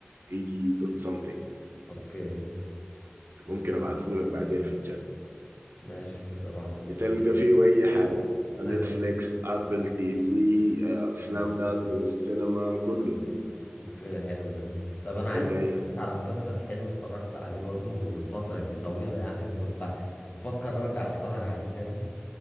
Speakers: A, on the right (about 60°); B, on the left (about 35°).
A: اي جي دوت سمثينج
B: اوكي
A: ممكن ابعته لك بعدين في الشات
B: ماشي يبقى ابعتهولي
A: بتلقى فيه اي حاجه نتفليكس
B: حلو
A: ابل تي في آه، افلام
B: حلو.
A: نازله من السينما كله
B: اوكي حلو ده طب انا عايز
A: تلقى
B: أقول
A: اي حاجه
B: لك على مسلسل حلو اتفرجت عليه برضو من فترة كبيرة طويلة يعني بس كنت بفكر ارجع اتفرج عليه تاني